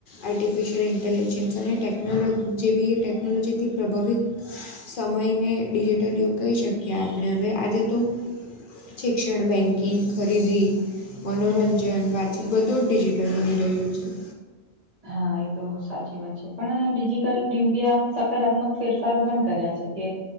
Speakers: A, on the left; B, on the right.
A: Artificial intelligence અને ટેકનોલો જેવી ટેકનોલોજીથી પ્રભાવિત. સમયને ડિજિટલ યુગ કહી શકીએ આપણે હવે આજે તો શિક્ષણ બેંકિંગ ખરીદી. મનોરંજન વાતચીત બધું જ ડિજિટલ બની રહ્યું છે.
B: હા એ તો સાચી વાત છે પણ ડિજિટલ યુગે આમ સકારાત્મક ફેરફારો પણ કર્યા છે. કે